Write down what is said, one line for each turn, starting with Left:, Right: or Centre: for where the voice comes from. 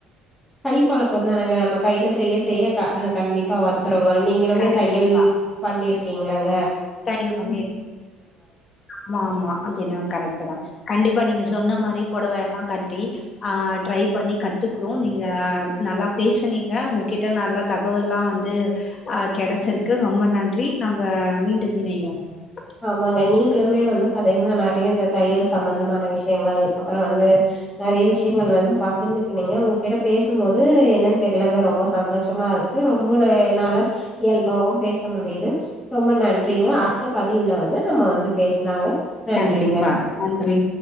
Centre: கைப்பழக்கம் தானுங்க நம்ம கையில செய்ய செய்ய அது கண்டிப்பா வந்து வந்துருங்க நீங்களுமே
Left: கண்டிப்பா
Centre: தைய்யல் பண்ணீர் ருக்கீங்களாங்க
Left: <unintelligible> ஆமா ஆமா அது எனோ கரெக்ட் தா கண்டிப்பா நீங்க சொன்ன மாரி புடவை எல்லா கட்டி ஆ ட்ரை பண்ணி கத்துக்குறோ நீங்க நல்லா பேசுனீங்க உங்கக்கிட்ட நல்ல தகவல்லா வந்து அ கெடச்சிருக்கு ரொம்ப நன்றி நம்ப மீ <unintelligible>
Centre: ஆமாங்க நீங்குளுமே வந்து பாத்தேங்கன்னா நெறைய இந்த தையல் சம்பந்தமான விஷயங்கள் அப்புறோ வந்து நெறைய விஷயங்கள் வந்து பகிர்ந்துக்கினீங்க உங்ககிட்ட பேசுபோது என்னன்னு தெரியிலங்க ரொம்ப சந்தோஷமா இருக்கு ரொம்பல என்னால இயல்பாவு பேச முடியுது ரொம்ப நன்றிங்க அடுத்த பதிவுல வந்து நம்ம வந்து பேசலாங்க நன்றிங்க
Left: கண்டிப்பா நன்றி